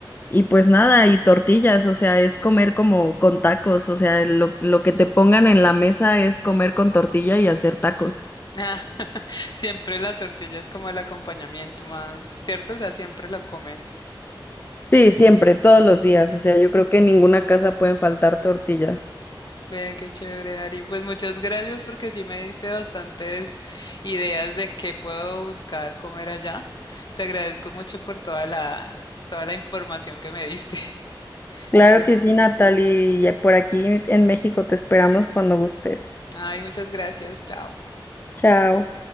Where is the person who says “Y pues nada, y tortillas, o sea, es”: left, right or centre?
Left